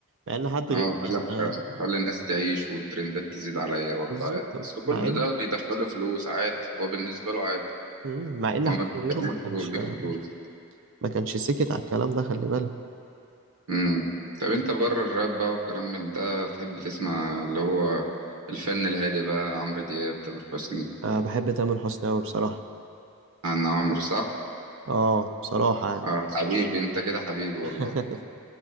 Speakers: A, on the right (about 60°); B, on the right (about 80°).
A: مع ان حد
B: اه
A: غيره
B: قال
A: كان
B: لك
A: آه،
B: خلي الناس تعيش والترندات تزيد عليا برضه
A: بالظبط
B: عادي بس كل
A: مع ان
B: ده بيدخله فلوس عادي هو بالنسبة له عادي
A: مم، مع ان
B: هو
A: حد
B: ما
A: غيره
B: بيتكلمش
A: ما كانش
B: وبيجيب
A: آه،
B: فلوس
A: ما كانش سكت على الكلام ده خلي بالك
B: امم طب انت بره الراب بقى والكلام من ده تحب تسمع اللي هو الفن الهادي بقى عمرو دياب تامر حسني
A: أه بحب تامر حسني قوي بصراحة
B: عن عمرو صح؟
A: اه بصراحة يعني.
B: اه حبيبي انت كده حبيبي والله
A: <laughs>